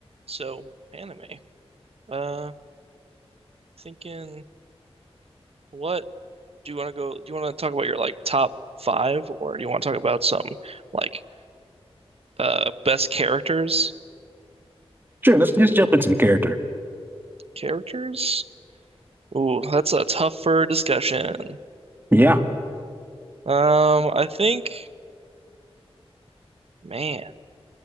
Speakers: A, on the right; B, on the right.
A: So anime. Uh, thinking what do you want to go? Do you want to talk about your like top five, or do you want to talk about some like uh best characters?
B: Sure, let's just jump into the character.
A: Characters? Ooh, that's a tougher discussion.
B: Yeah,
A: Um, I think, man,